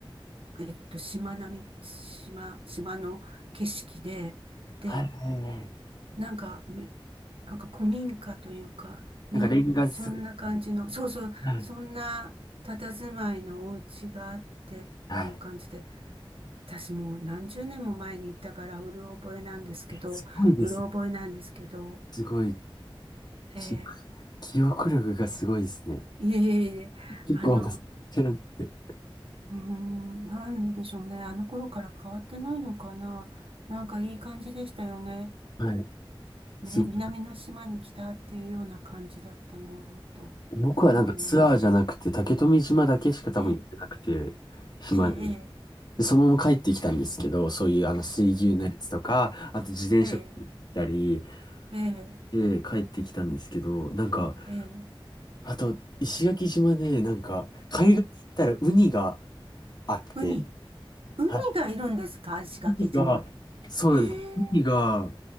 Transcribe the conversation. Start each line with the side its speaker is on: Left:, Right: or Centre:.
Right: えっと、島並み、島、島の景色で、で、
Left: はい、はい。
Right: なんか、めなんか古民家というか、ね、
Left: なんか、レンガ作り。
Right: そんな感じの、そうそう、
Left: はい。
Right: そんな佇まいのお家があってっていう感じで、
Left: はい。
Right: 私もう何十年も前に行ったから、うる覚えなんですけど、
Left: すごいですね。
Right: うろ覚えなんですけど、
Left: すごい。
Right: ええ
Left: き、記憶力がすごいですね。
Right: いえいえいえ、
Left: 結構忘れちゃって。
Right: あの、うーん、なんでしょうね。あの頃から変わってないのかな。なんかいい感じでしたよね。
Left: はい。すごい。
Right: ね、南の島に来たっていうような感じだったのと覚えてます。
Left: 僕はなんかツアーじゃなくて、竹富島だけしか多分行ってなくて、
Right: ええ、
Left: 島で。
Right: ええ、
Left: で、そのまま帰ってきたんですけど、そういうあの水牛のやつとか、あと自転車行ったり、
Right: ええ、ええ、
Left: で、帰ってきたんですけど、なんか、
Right: ええ、
Left: あと、石垣島で、なんか、海岸行ったらウニが
Right: ええ
Left: あって、
Right: ウニ、ウニがいるんですか石垣島で。
Left: はい。ウニが、そうなんです。
Right: へえ、
Left: ウニが